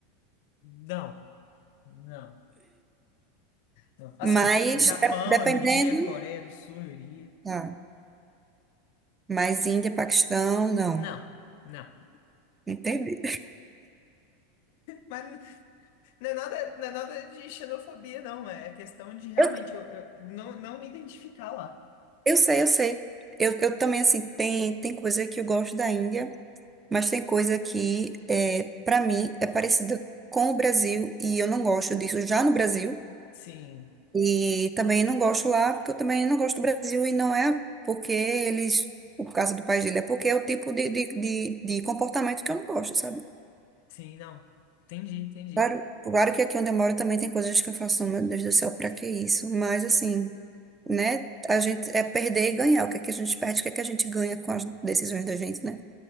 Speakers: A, on the left; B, on the right.
A: Não, não, não. Assim,
B: Mas,
A: Japão
B: de- dependendo,
A: eu iria, Coreia do Sul eu iria.
B: tá. Mas Índia, Paquistão, não.
A: Não, não.
B: Entendi.
A: Mas não é nada, não é nada de xenofobia, não. É questão de realmente
B: Eu
A: eu, eu não, não me identificar lá.
B: Eu sei, eu sei. Eu, eu também, assim, tem, tem coisa que eu gosto da Índia, mas tem coisa que, é, para mim, é parecida com o Brasil e eu não gosto disso já no Brasil.
A: Sim.
B: E também não gosto lá, porque eu também não gosto do Brasil e não é porque eles, por causa do país dele, é porque é o tipo de, de, de, de comportamento que eu não gosto, sabe?
A: Sim, não. Entendi, entendi.
B: Claro, claro que aqui onde eu moro também tem coisas que eu faço, "Oh, meu Deus do céu, pra que isso? Mas assim, né? A gente é perder e ganhar. O que é que a gente perde, o que é que a gente ganha com as decisões da gente, né?